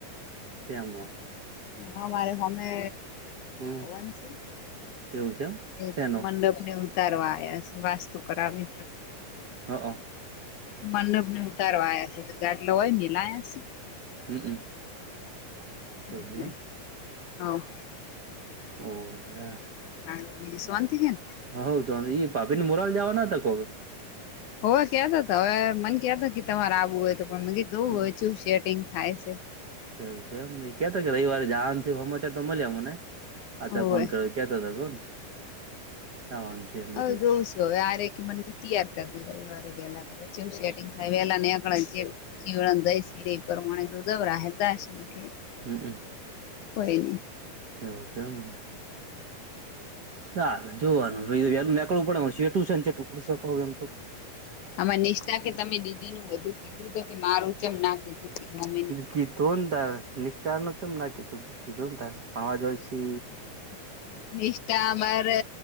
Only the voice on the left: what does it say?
હ મારે અમે
હન છે.
તે અત્યારે
મંડપ ને ઉતારવા આવ્યા છે વાસ્તુ કરાવે
મંડપ ને ઉતારવા આવયા છે ગાટલે હોય મેલાયા છે.
એટલે હવ
હા બીકિ સોનતિ હેને
હોવે કયાતા હવે મને કયા ત કે તમારે આવું હોય તો પણ મીવું
હોયવું શેટિંગ થાય છે.
હોવે
હ
જોઉં હવે આરે મને તૈયાર કરી દીધરે વેલા હ સેટંગ થાય વહેલા નેકડાય જીવણન દઈ સિરે પ્રમાણે તો દબરા હતાશ ના કે
હો નહી.
આમાં નિષ્ઠા કે તમે દીદી ન બધું કીધું તો કે મારુંચમ ના કીધું. <unintelligible>
<unintelligible> નિષઠા મારે